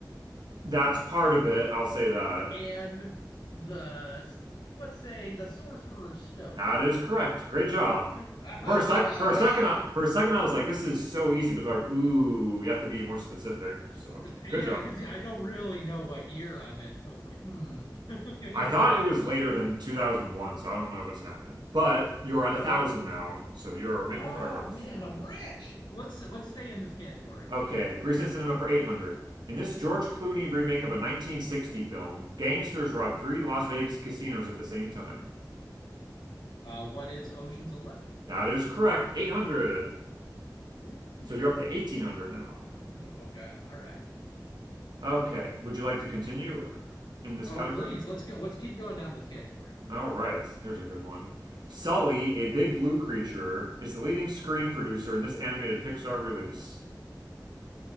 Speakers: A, on the right; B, on the left.
A: that's part of it. I'll say that.
B: and the let's say the Sorcerer's Stone.
A: That is correct. Great job.
B: <laughs> Oh
A: For a sec,
B: oh
A: for a
B: yeah.
A: second, I- for a second, I was like, this is so easy, but they're like, ooh, you have to be more specific. So,
B: Yeah,
A: good job.
B: because I don't really know what year I'm in, so it's like, hmm. <laughs> Okay.
A: I thought it was
B: <laughs>
A: later than 2001, so I don't know what's happening. But you're at
B: Oh
A: 1,000
B: well.
A: now, so you're making
B: Oh
A: progress.
B: man, I'm rich. Let's let's stay in this category.
A: Okay, recent cinema for 800. In this George Clooney remake of a 1960 film, gangsters rob three Las Vegas casinos at the same time.
B: Uh, what is Ocean's Eleven?
A: That is correct, 800.
B: Ooh,
A: So you're up to 1,800 now.
B: no, oh, yeah, all right.
A: Okay, would you like to continue in this
B: Oh,
A: category?
B: please, let's go. Let's keep going down this category.
A: All right, here's a good one. Sully, a big blue creature, is the leading screen producer in this animated Pixar release.